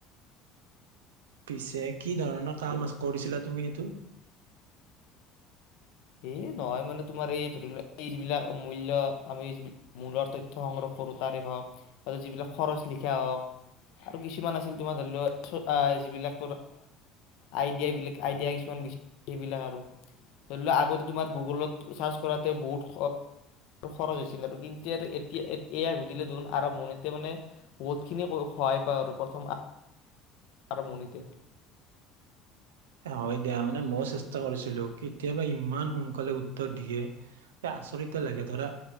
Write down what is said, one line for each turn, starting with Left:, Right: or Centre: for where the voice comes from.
Right: পিছে কি ধৰণৰ কাম কৰিছিলা তুমি সেইটো?
Left: এই নহয় মানে তোমাৰ এই ধৰি লোৱা এই যিবিলাক মূল্য, আমি যিলাক মূলৰ তথ্ সংগ্ৰহ কৰো তাৰে হওক যিবিলাক খৰচ লিখা হওক আৰু কিছুমান আছিল। তোমাৰ ধৰি লোৱা যিবিলাক আই ডিয়া আইডিয়া কিছুমান সেইবিলাক আৰু ধৰি লোৱা। আগতে তোমাৰ গুগলত চাৰ্চ কৰাতে বহুত খৰচ হৈছিল। আৰু কিন্তু তেতিয়া এয়া সুধিলে দে আৰম্ভনি এতিয়া মানে বহুতখিনি সহায় পাওঁ আৰু প্ৰথম। তাৰ আৰম্ভণিতে
Right: হয় দিয়া মানে মই চেষ্টা কৰিছিলো। কেতিয়াবা ইমান সোনকালে উত্তৰ দিয়ে বা আচৰিত লাগে ধৰা